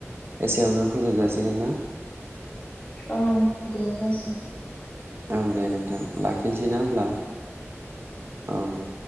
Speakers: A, on the right (about 50°); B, on the left (about 25°).
A: एसेयावनो फोजोबजासिगोन ना?
B: औ दे जासिगोन।
A: औ दे नोंथां लाखिनोसै ना होम्ला
B: औ
A: औ दे